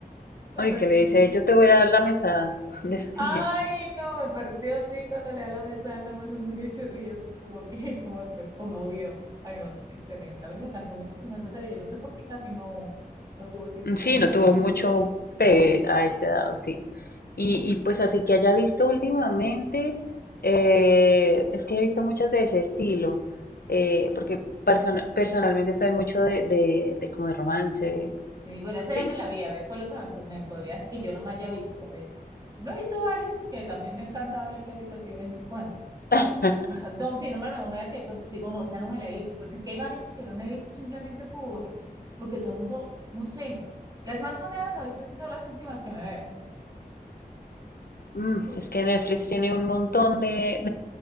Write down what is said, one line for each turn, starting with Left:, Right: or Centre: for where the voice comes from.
Right: O
Left: Oye,
Right: sea,
Left: que
Right: como
Left: le dice, yo te voy a dar la mesada <laughs> de este
Right: Ay,
Left: mes.
Right: no, me partió así cuando le da la mesa, nada más lo miro y se ríe así como que, como que conmovido. Ay, no, es excelente. A mí me encantó muchísimo esa serie. Yo no sé por qué casi no, no tuvo así como
Left: Sí, no
Right: sonido.
Left: tuvo mucho pegue a este dado, sí. Y, y pues así que haya visto últimamente, eh, es que he visto muchas de ese estilo, eh, porque persona- personalmente soy mucho de, de, de como de romance,
Right: Sí, bueno, esa
Left: sí.
Right: ya me la vi. A ver, ¿cuál otro me, po- me podrías que yo no me haya visto? A ver, no he visto varias porque también me encanta ver series así de vez en cuando. Pero
Left: <laughs>
Right: sí, una, no, sí, nómbrame una, a ver si de pronto digo, no, esta no me la he visto. Porque es que hay varias que yo no me he visto simplemente por, porque todo el mundo, no sé. Las más sonadas a veces son las últimas que me veo.
Left: Mm,
Right: Sí.
Left: es que Netflix tiene un montón de,